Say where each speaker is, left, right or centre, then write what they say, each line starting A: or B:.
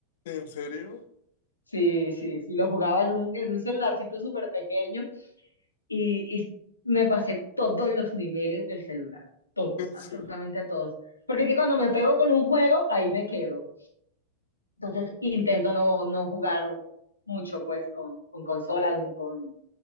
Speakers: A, on the left; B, on the left.
A: ¿En serio?
B: Sí, sí, sí, lo jugaba en un, en un celularcito súper pequeño y, y me pasé todos los niveles del celular, todos,
A: ¿En
B: absolutamente
A: serio?
B: todos. Porque es que cuando me pego con un juego, ahí me quedo. Entonces intento no, no jugar mucho pues con, con consolas ni con,